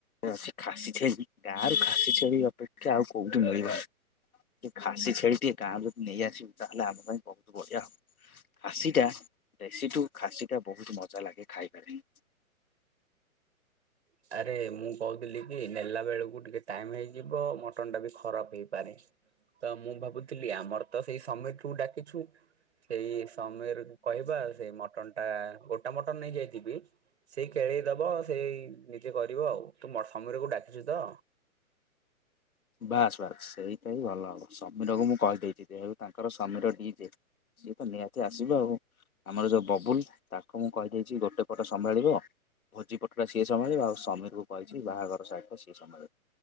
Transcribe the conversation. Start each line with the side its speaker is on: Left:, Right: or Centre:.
Left: ଯୋଉ ଅଛି ଖାସି ଛେଳି ଗାଁରୁ ଖାସି ଛେଳି ଅପେକ୍ଷା ଆଉ କୋଉଠି ମିଳିବ। ଟିକେ ଖାସି ଛେଳି ଟିକେ ଗାଁରୁ ନେଇଆସିବ ତାହେଲେ ଆମ ପାଇଁ ବହୁତ ବଢିଆ ହବ। ଖାସିଟା ଦେଶୀଠୁ ଖାସିଟା ବହୁତ ମଜା ଲାଗେ ଖାଇବାରେ।
Right: ହ ଆରେ ମୁଁ କହୁଥିଲି କି ନେଲା ବେଳକୁ ଟିକେ ଟାଇମ ହେଇଯିବ ମଟନ୍ ଟା ବି ଖରାପ ହେଇପାରେ। ତ ମୁଁ ଭାବୁଥିଲି ଆମର ତ ସେଇ ସମେଠୁ ଡାକିଛୁ। ସେଇ ସମିର କୁ କହିବା ସେଇ ମଟନ ଟା ଗୋଟା ମଟନ ନେଇଯାଇ ଯିବି ସେଇ କେଳେଇ ଦବ ସେଇ ନିଜେ କରିବ ଆଉ ତୁ ମ ସମିରକୁ ଡାକିଛୁ ତ।
Left: ବାସ୍ ବାସ୍ ସେଇଟା ହିଁ ଭଲ ହବ। ସମୀରକୁ ମୁଁ କହି ଦେଇଛିି ଯେହେତୁ ତାଙ୍କର ସମୀର ଡିଜେ। ସିଏ ତ ନିହାତି ଆସିବ ଆଉ ଆମର ଯୋଉ। ବବୁଲ ତାକୁ ମୁଁ କହିଦେଇଛି ଗୋଟେ ପଟେ ସମ୍ଭାଳିବ। ଭୋଜି ପଟଟା ସିଏ ସମାଳିବ ଆଉ ସମୀରକୁ କହିଛି ବାହାଘର ସାଇଟ ଟା ସିଏ ସମ୍ଭାଳିବ।